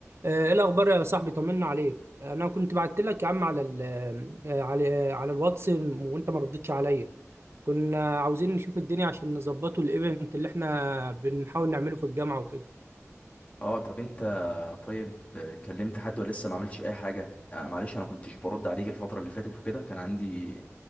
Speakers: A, on the right; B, on the left.
A: آه، ايه الاخبار يا صاحبي طمنا عليك انا كنت بعت لك يا عم على ال آه، على آه، على الواتس وانت ما ردتش عليا كنا عاوزين نشوف الدنيا عشان نظبطه الايفنت اللي احنا بنحاول نعمله في الجامعه وكده
B: اه طب انت طيب كلمت حد ولا لسه ما عملتش اي حاجه آه معلش انا كنتش برد عليك الفتره اللي فاتت وكده كان عندي